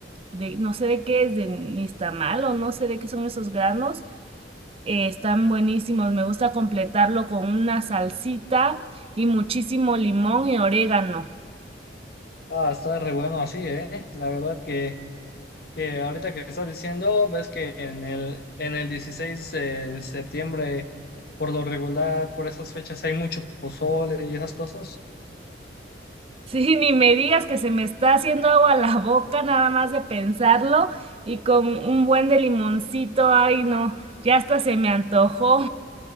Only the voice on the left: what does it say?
Ah, está re bueno así, ¿eh? La verdad que, que ahorita que estás diciendo, ves que en el, en el 16 de septiembre, por lo regular, por esas fechas hay mucho pozole y esas cosas.